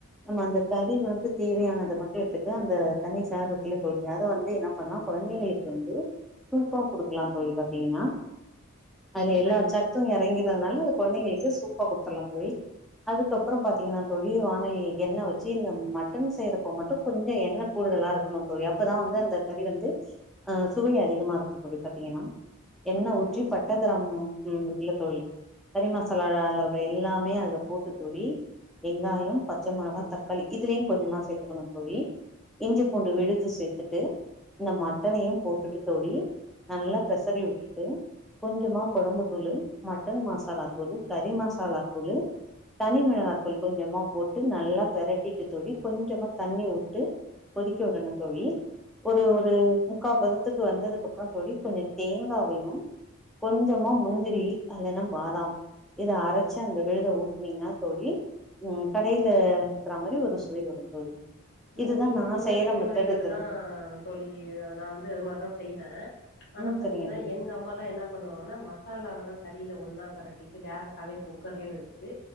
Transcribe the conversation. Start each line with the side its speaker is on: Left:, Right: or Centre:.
Centre: நம்ம அந்த கறி வந்து தேவையானத மட்டு எடுத்துட்டு அந்த தண்ணி சாது இருக்குல்ல தோழி அதை வந்து என்ன பண்ணுனா கொழந்தைங்களுக்கு வந்து சூப்பா குடுக்கலா தோழி பாத்தீங்கன்னா அதுல எல்லா
Left: கண்டிப்பா
Centre: சத் து எறங்கிறதுனால அத கொழந்தைங்களுக்கு சூப்பா குடுத்துடுலா தோழி அதுக்கப்பறோ பாத்தீங்கன்னா தோழி வானொலில எண்ணெ வச்சு இந்த மட்டன் செய்யறப்போ மட்டு கொஞ்சோ எண்ணெ கூடுதலாருக் கனு தோழி அப்பதா வந்து அந்த கறி வந்து சுவை அதி கமா இருக்கு தோழி பாத்தீங்கன்னா என்ன ஊற்றி
Left: ஆ
Centre: பட்ட கிரம்பு இருக்குல தோழி கறி மசாலா அ அளவுல எல்லாமே அதுல போட்டு தோழி வெங்காயோ பச்ச மொளகா தக்காளி இதுலயு கொஞ்சமா சேத்துக்கணு தோழி இஞ்சி பூண்டு விழுது சேத்துட்டு இந்த மட்டனையு போட்டுட்டு தோழி நல்லா பெசறி விட்டுட்டு கொஞ்சமா கொழம்பு தூளு, மட்டன் மசாலா தூளு, கறி மசாலாத்தூளு தனி மெளகாத்தூள் கொஞ்சமா போட்டு நல்லா பெரட்டிட்டு தோழி கொஞ்சமா தண்ணி வுட்டு கொதிக்க விடணு தோழி ஒரு ஒரு முக்கா பத த்துக்கு வந்ததுக்கு அப்பறோ தோழி கொஞ்சோ தேங்காவையு கொஞ்சமா முந்திரி இல்லனா பாதாம் இத அரைச்சு அந்த விழுதை ஊத்துனீங்கன்னா தோழி ம் கடையில இருக்றா மாரி ஒரு சுவை வரும் தோழி
Left: ஆ
Centre: இதுதா
Left: நீங்க
Centre: நா
Left: சொன்ன
Centre: செய்யற
Left: செய்முறைகள்தா
Centre: மெத்தடு
Left: தோழி நா வந்து அது மாரிதா செய்வே ஆனா
Centre: ம்
Left: பாத்தீங்கன்னா
Centre: சரிங்க தோழி
Left: எங்க அம்மாலா என்ன பண்ணுவாங்கன்னா மசாலாவெல்லா கறியில ஒன்னா பெரட்டிட்டு டேரக்டாவே குக்கர்லயே வச்சிட்டு